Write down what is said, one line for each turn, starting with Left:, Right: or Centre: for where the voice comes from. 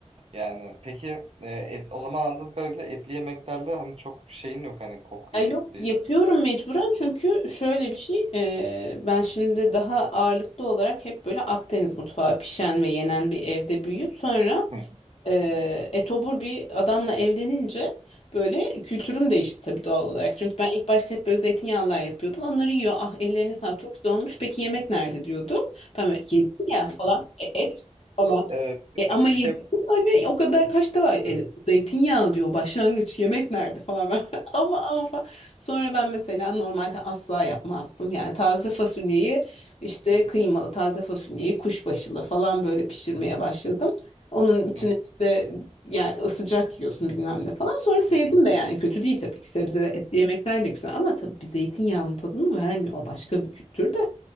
Right: Yani peki e, et, o zaman anladığım kadarıyla etli yemeklerle hani çok bir şeyin yok hani kokuyor
Left: Ya yok
Right: dedi.
Left: yapıyorum mecburen çünkü şöyle bir şey e, ben şimdi daha ağırlıklı olarak hep böyle Akdeniz mutfağı pişen ve yenen bir evde büyüyüp sonra
Right: <laughs>
Left: ee, etobur bir adamla evlenince böyle kültürüm değişti tabii doğal olarak. Çünkü ben ilk başta hep böyle zeytinyağlılar yapıyordum. Onları yiyor. Ah ellerini sağlık çok güzel olmuş. Peki yemek nerede diyordu. Ben böyle yedim ya falan. E, et falan.
Right: Evet.
Left: E, ama yedim.
Right: Hep
Left: Hani o kadar kaç da var. E,
Right: Hı,
Left: zeytinyağlı diyor başlangıç yemek nerede falan. Ben, <laughs> ama ama falan. Sonra ben mesela normalde asla yapmazdım. Yani taze fasulyeyi işte kıymalı taze fasulyeyi kuşbaşılı falan böyle pişirmeye başladım. Onun içine
Right: hı,
Left: işte yani sıcak yiyorsun bilmem ne falan. Sonra sevdim
Right: hı.
Left: de yani kötü değil tabii ki. Sebze ve etli yemekler de güzel ama tabii bir zeytinyağının tadını vermiyor. O başka bir kültür de.